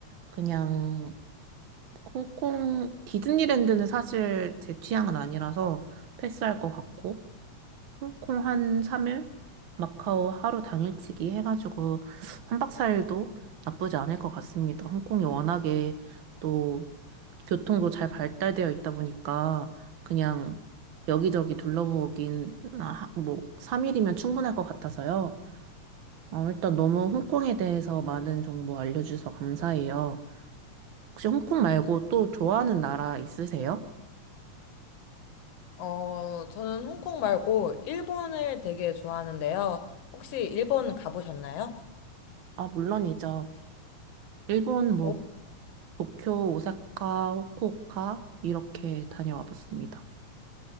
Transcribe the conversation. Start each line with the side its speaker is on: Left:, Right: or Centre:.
Right: 그냥 홍콩, 디즈니랜드는 사실 제 취향은 아니라서 패스할 것 같고, 홍콩 한 3일? 마카오 하루 당일치기 해가지고 한박사일도 나쁘지 않을 것 같습니다. 홍콩이 워낙에 또 교통도 잘 발달되어 있다 보니까 그냥 여기저기 둘러보긴 아, 뭐 3일이면 충분할 것 같아서요. 어, 일단 너무 홍콩에 대해서 많은 정보 알려주셔서 감사해요. 혹시 홍콩 말고 또 좋아하는 나라 있으세요?
Left: 어, 저는 홍콩 말고 일본을 되게 좋아하는데요. 혹시 일본 가보셨나요?
Right: 아, 물론이죠. 일본 뭐
Left: 어,
Right: 도쿄, 오사카, 후쿠오카 이렇게 다녀와 봤습니다.